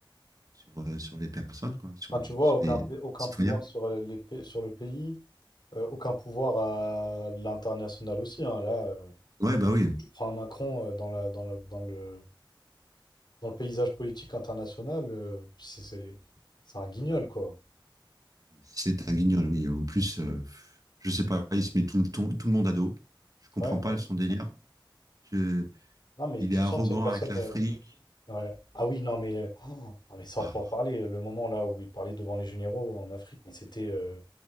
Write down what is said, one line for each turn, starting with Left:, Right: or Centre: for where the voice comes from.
Right: sur, euh, sur les personnes, quoi, sur
Left: Enfin,
Right: les,
Left: tu vois
Right: sur
Left: aucun,
Right: les
Left: pa- aucun
Right: citoyens.
Left: pouvoir sur, euh, les, pa- sur le pays, euh, aucun pouvoir à l'international aussi. hein. Là, euh,
Right: Ouais, bah oui.
Left: tu prends un Macron euh, dans la, dans le, dans le, dans le paysage politique international, euh, c'est c'est- c'est un guignol quoi.
Right: C'est un guignol, oui. En plus, euh, je sais pas, il se met tout le, ton- tout le monde à dos. Je comprends
Left: Ouais,
Right: pas
Left: ouais.
Right: son délire. Je-
Left: Non, mais
Right: il
Left: tu
Right: est arrogant
Left: sens que c'est une personne.
Right: avec l'Afrique.
Left: euh, Ouais. Ah oui, non, mais, le- oh, ah, mais ça,
Right: Ah,
Left: on peut en parler. Le moment là où il parlait devant les généraux en Afrique, mais c'était euh,